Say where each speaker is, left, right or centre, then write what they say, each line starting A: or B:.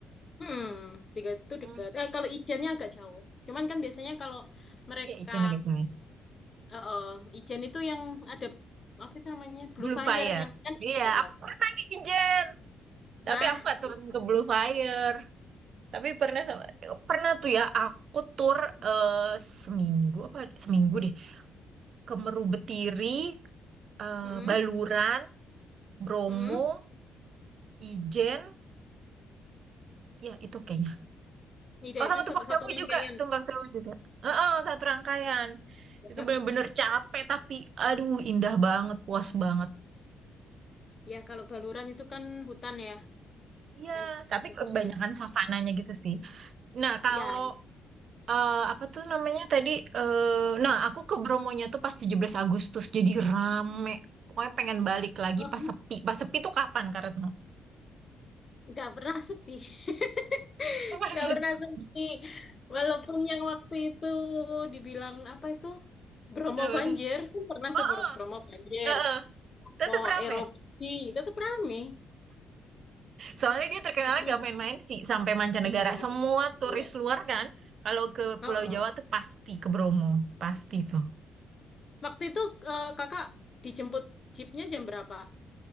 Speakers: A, on the left (about 35°); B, on the right (about 60°).
A: Hmm, tiga itu
B: Hmm,
A: dekat. Eh, kalau Ijennya agak jauh. Cuman kan biasanya kalau mereka
B: iya, Ijen Belum
A: eh, eh, Ijen itu yang ada apa itu namanya Blue
B: Blue
A: Fire
B: Fire.
A: yang kan.
B: Iya,
A: eh, eh.
B: aku pernah ke Ijen.
A: nah,
B: Tapi aku nggak turun
A: itu.
B: ke Blue Fire. Tapi pernah sama, pernah tuh ya aku tur eh, seminggu apa seminggu deh ke Meru Betiri, eh,
A: Mm-mm,
B: Baluran, Bromo,
A: mm-mm.
B: Ijen, ya itu kayaknya.
A: Itu
B: Oh
A: itu
B: sama Tumpak
A: satu,
B: Sewu
A: satu rangkaian.
B: juga, Tumpak Sewu juga. Heeh, satu rangkaian.
A: <laughs>
B: Itu bener-bener capek tapi aduh indah banget, puas banget.
A: Ya, kalau Baluran itu kan hutan ya.
B: Iya,
A: Dan
B: tapi
A: bagus
B: kebanyakan
A: deh.
B: savananya gitu sih. Nah, kalau
A: Ya,
B: eh apa tuh namanya tadi? eh nah, aku ke Bromonya tuh pas 17 Agustus, jadi rame. Pokoknya pengen balik lagi
A: oh,
B: pas sepi.
A: <laughs>
B: Pas sepi tuh kapan, Kak Retno?
A: nggak pernah sepi. <laughs>
B: <laughs>
A: Nggak pernah sepi. Walaupun yang waktu itu dibilang apa itu Bromo
B: Nah, betul.
A: banjir, kan pernah
B: Oh,
A: tuh Bro-
B: oh,
A: Bromo banjir.
B: eh, eh, tetap
A: Mau
B: rame.
A: erupsi, tetap rame.
B: Soalnya dia terkenalnya
A: Nggak pernah.
B: gak main-main sih sampai mancanegara.
A: Iya,
B: Semua turis
A: iya.
B: luar kan, kalau ke
A: Oh,
B: Pulau
A: oh.
B: Jawa tuh pasti ke Bromo, pasti tuh.
A: Waktu itu eh, kakak dijemput jeepnya jam berapa?